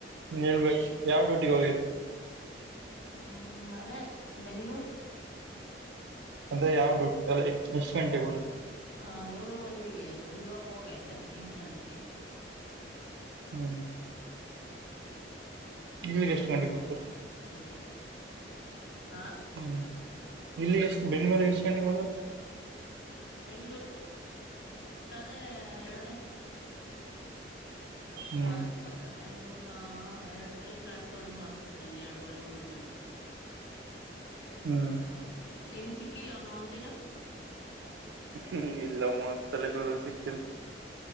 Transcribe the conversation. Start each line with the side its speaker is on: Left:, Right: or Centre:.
Right: ಹೇಳ್ಬೇಕು ಯಾವ ಡ್ಯೂಟಿಗೆ ಹೋಗಿತ್ತು
Left: ಹ್ಮ್ ಅದೇ ಬೆಂಗಳೂರು
Right: ಅಂದ್ರೆ ಯಾವ್ದ ದುಡ್ ಅಲ್ಲ ಎಸ್ಟ ಗಂಟೆಗೆ ಬರುತ್ತೆ
Left: ಹಾ ಏಳುವರೆಗೆ ಇಳಿಯೋದು ಇವಾಗ್ ಹೋಗಯ್ತ ಎಂಟು ಗಂಟೆಗೆ
Right: ಹ್ಮ ತಿಂಗಳ್ಗೆ ಎಷ್ಟು ಗಂಟೆಗೆ ಕೊಡತಾರೆ
Left: ಡ್ಯೂಟಿ ಹಾ
Right: ಹ್ಮ್ ಇಲ್ಲಿ ಎಷ್ಟು ಬೆಂಗಳೂರಿಗೆ ಎಷ್ಟು ಗಂಟೆಗೆ ಬರೋದು
Left: ಬೆಂಗಳೂರು ಆದೆ ಎರಡೂ ಗಂಟೆ
Right: ಹ್ಮ್
Left: ಕಾಲಗ್ ಬರ್ತತೆ ಮೂರ್ಗ ಎರಡು ಕಾಲ ಪ್ಲಾಟ್ಫಾರ್ಮ್ ಆಗ್ತತೆ ಎರಡುವರೆ ಮೂರು ಗಟಿ
Right: ಹ್ಮ್
Left: ಅಷ್ಟೆ ನೀನ ಸಿಕ್ಕಿಲ್ಲನು ಒಂದಿನ
Right: ಹ್ಮ ಇಲ್ಲ ಮೂ ಸಲೆಗಳು ಸಿಕ್ತಾವೆ